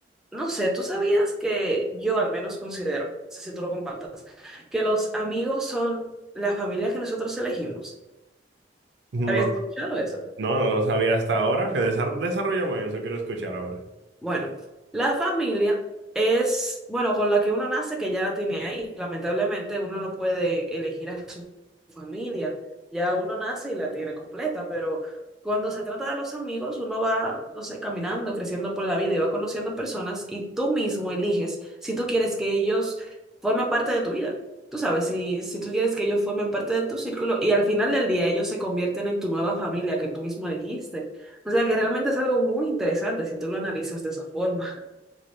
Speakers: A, in the centre; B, on the right.
A: no sé, ¿tú sabías que yo al menos considero, no sé si tú lo compartas, que los amigos son la familia que nosotros elegimos?
B: No,
A: ¿Habías escuchado eso?
B: no, no lo sabía hasta ahora, que desar- desarrollame eso, quiero escuchar, a ver.
A: Bueno, la familia es, bueno, con la que uno nace, que ya la tiene ahí. Lamentablemente uno no puede elegir a su familia. Ya uno nace y la tiene completa, pero cuando se trata de los amigos, uno va, no sé, caminando, creciendo por la vida y va conociendo personas y tú mismo eliges si tú quieres que ellos formen parte de tu vida. Tú sabes, si, si tú quieres que ellos formen parte de tu círculo y al final del día ellos se convierten en tu nueva familia que tú mismo elegiste. O sea que realmente es algo muy interesante si tú lo analizas de esa forma.